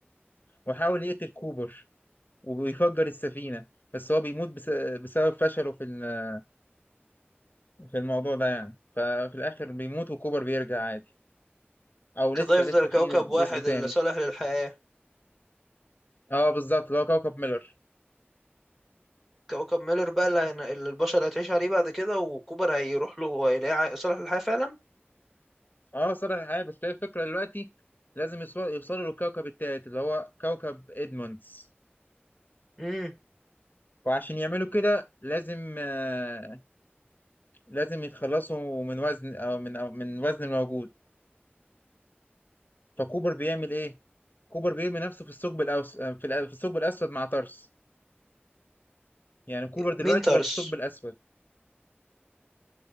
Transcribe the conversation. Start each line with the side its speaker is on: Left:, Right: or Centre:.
Left: وحاول يقتل كوبر ويفجر السفينة بس هو بيموت بس بسبب فشله في ال- في الموضوع ده يعني ففي الآخر بيموت وكوبر بيرجع عادي أو
Centre: كده
Left: لسه
Centre: يفضل
Left: لسه
Centre: كوكب
Left: في جزء
Centre: واحد
Left: تاني
Centre: اللي صالح للحياة
Left: اه بالظبط اللي هو كوكب ميلر
Centre: كوكب ميلر بقى اللي هن- اللي البشر هتعيش عليه بعد كده وكوبر هيروح له وهيلاقيه عا- صالح للحياة فعلا
Left: اه صالح الحياة بس هي الفكرة دلوقتي لازم يصو- يوصلوا للكوكب التالت اللي هو كوكب ادموندز
Centre: امم
Left: وعشان يعملوا كده لازم آه لازم يتخلصوا من وزن او من أو من وزن الموجود فكوبر بيعمل ايه؟ كوبر بيرمي نفسه في الثقب الاوس آه، في الأ- في الثقب الاسود مع تارس يعني كوبر دلوقتي
Centre: مين تارس
Left: بقى في الثقب الاسود